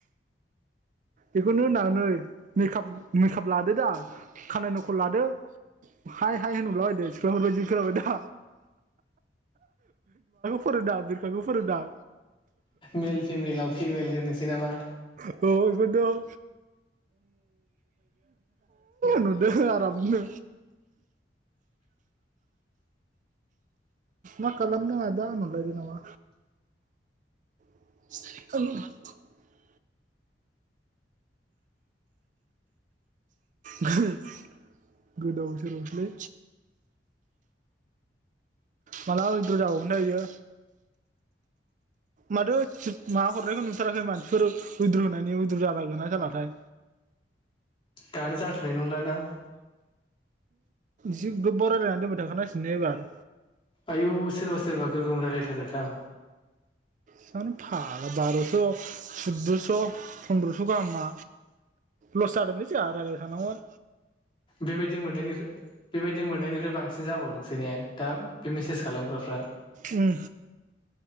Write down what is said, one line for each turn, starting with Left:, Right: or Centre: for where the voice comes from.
Right: बेखौनो होनदां नै मेकाप मेकाप लादो दा खानाय नखल लादो हाय हाय होनरलायदो। सिख्लाफोरबायदि खोनाबाय दा? <unintelligible> बिरखाखौ फोरोंदां
Left: मेल फिमेलाव फिमेल होनोसै नामा?
Right: औ दं <unintelligible> नुदों आरामनो। मा खालामदों आदा होनरलायदो नामा? <unintelligible> गो- गोदाव सोरावसोलै। माब्ला उइद्र जाबावगोनथाय बियो माथो <unintelligible> माबा हरनायखौ नुथाराखै आंलाय मानसिफोर उइद्र' होनायनि उइद्र' जाबाय जाबाथाय
Left: दानो जाथ'नाय नंला दां।
Right: जि गोबबाव रायलायनानै दोनबाय थाखानांसिगोन ने एबार?
Left: आयौ सोरबा सोरबा गोगोम रायलायथारो दां।
Right: सानो फा बार'स' सुददस' फन्दद्रस' गाहामा लस जादोंलै जोंहा रायलायबाय थानांगोन।
Left: बेबायदि मोननायनिफ्राय बेबायदि मोननायनिफ्राय बांसिन जाबावदोंसो ने दा बे मेसेज खालामग्राफ्रा
Right: उम